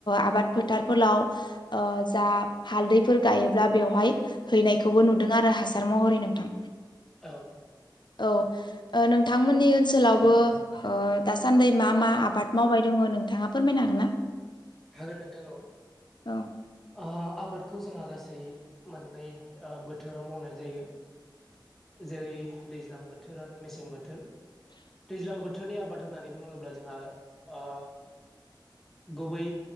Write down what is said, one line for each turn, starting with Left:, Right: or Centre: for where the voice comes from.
Left: आबाद फोथारफोराव जा हालदैफोर गायोब्ला बेवहाय हैनायखौ खौखौबो नुदों आरो हासार महरै नोंथां
Centre: औ
Left: औ ओ नोंथांमोननि ओनसोलावबो ओ दासान्दि मा मा आबाद मावबाय दङ' नोंथाङा फोरमायनो हागोन ना?
Centre: हागोन नोंथां औ।
Left: औ।
Centre: ओ आबादखौ जोंहा गासै मोननै बोथोराव मावनाय जायो। जेरै दैज्लां बोथोर आरो मेसें बोथोर दैज्लां बोथो बोथोरनि आबाद होननानै बुङोब्ला जोंहा ओ गुबै